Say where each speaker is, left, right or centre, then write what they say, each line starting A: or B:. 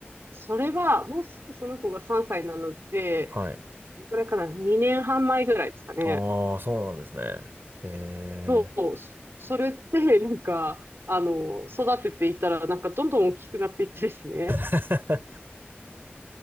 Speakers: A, on the right; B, on the right.
A: それは、もうすぐその子が3歳なので、
B: はい。
A: どれくらいかな、2年半前ぐらいですかね。
B: あー、そうなんですね。え
A: そう、それって、<laughs> なんか、あの、育てていったら、なんかどんどん大きくなっていってですね。
B: ー、